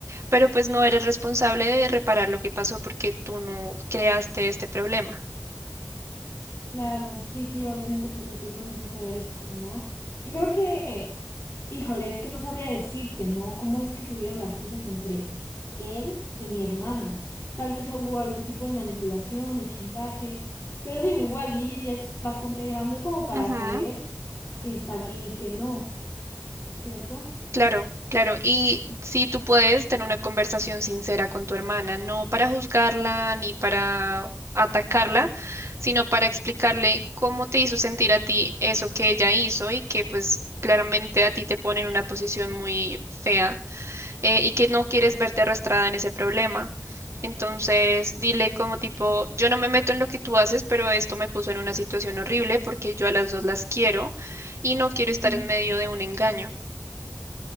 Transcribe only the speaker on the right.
pero pues no eres responsable de reparar lo que pasó porque tú no creaste este problema.
Ujú,
Claro, claro. Y si tú puedes tener una conversación sincera con tu hermana, no para juzgarla ni para atacarla, sino para explicarle cómo te hizo sentir a ti eso que ella hizo y que pues claramente a ti te pone en una posición muy fea eh, y que no quieres verte arrastrada en ese problema. Entonces, dile como tipo, yo no me meto en lo que tú haces, pero esto me puso en una situación horrible porque yo a las dos las quiero y no quiero
estar en medio de un engaño.